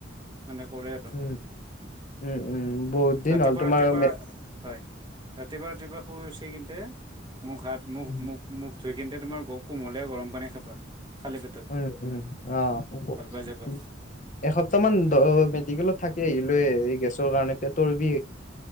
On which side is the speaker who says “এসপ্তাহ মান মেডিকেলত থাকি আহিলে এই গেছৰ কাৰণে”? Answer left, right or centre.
Left